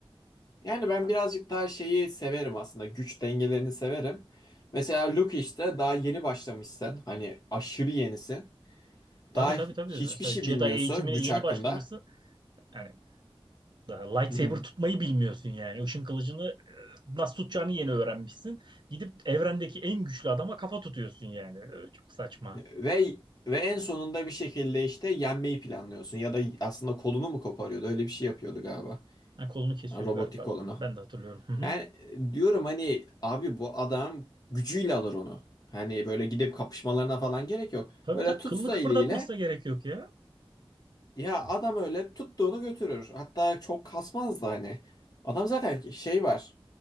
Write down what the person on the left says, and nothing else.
Yani ben birazcık daha şeyi severim aslında. Güç dengelerini severim. Mesela Luke işte daha yeni başlamışsın. Hani aşırı yenisin.
Daha
hiçbir
şey
bilmiyorsun
güç
hakkında.
Hı hı.
Ve ve en sonunda bir şekilde işte yenmeyi planlıyorsun. Ya da aslında kolunu mu koparıyordu? Öyle bir şey yapıyordu galiba.
Robotik
olanı.
Yani e, diyorum hani abi bu adam gücüyle alır onu. Hani böyle gidip kapışmalarına falan gerek yok.
Böyle
tutsa
eliyle
ya adam öyle tuttuğunu götürür. Hatta çok kasmaz da hani. Adam zaten şey var.